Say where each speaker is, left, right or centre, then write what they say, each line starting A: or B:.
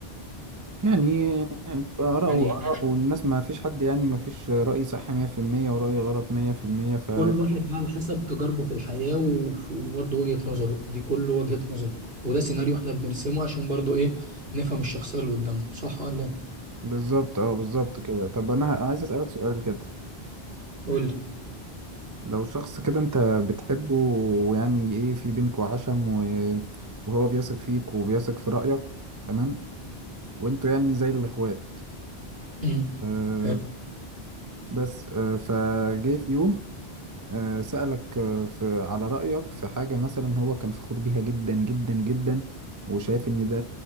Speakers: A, on the right; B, on the right.
A: يعني اراء
B: يعني
A: واراء والناس ما فيش حد يعني ما فيش راي صح 100% وراي غلط 100% ف
B: كل واحد بقى على حسب تجاربه في الحياة و- وبرضه وجهة نظره دي كل وجهة نظره وده سيناريو احنا بنرسمه عشان برضه ايه نفهم الشخصية اللي قدامنا صح ولا ايه؟
A: بالظبط اه بالظبط كده طب انا عايز اسالك سؤال كده
B: قول لي
A: لو شخص كده انت بتحبه ويعني ايه في بينكوا عشم و... وهو بيثق فيك وبيثق في رأيك تمام وانتوا يعني زي الاخوات
B: امم
A: أه
B: حلو
A: بس أه فجه في يوم آه، سألك آه، في على رأيك في حاجة مثلا هو كان فخور بيها جدا جدا جدا وشايف إن ده